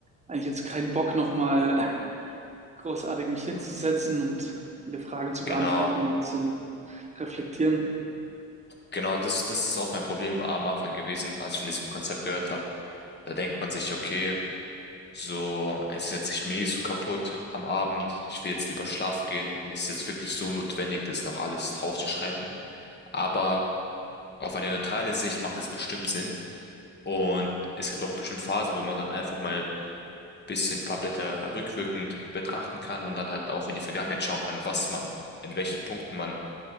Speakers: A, on the right (about 20°); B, on the left (about 35°).
A: eigentlich jetzt keinen Bock nochmal <laughs> großartig mich hinzusetzen und viele Fragen zu
B: genau.
A: beantworten und zu reflektieren.
B: Genau, das, das ist auch mein Problem am Anfang gewesen, als ich von diesem Konzept gehört habe. Da denkt man sich, okay, so, es ist jetzt mir mehr so kaputt am Abend, ich will jetzt lieber schlafen gehen. Ist jetzt wirklich so notwendig, das noch alles draufzuschreiben? Aber auf eine neutrale Sicht macht es bestimmt Sinn. Und es gibt auch bestimmt Phasen, wo man dann einfach mal ein bisschen ein paar Blätter rückwirkend betrachten kann und dann halt auch in die Vergangenheit schauen kann, was man, in welchen Punkten man